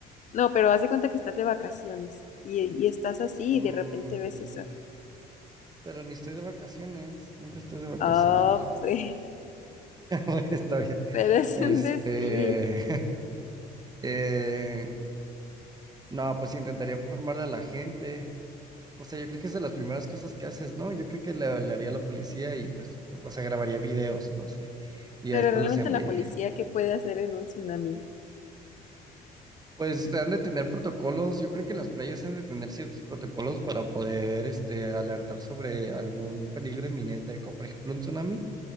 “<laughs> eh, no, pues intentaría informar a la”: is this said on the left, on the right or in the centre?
Right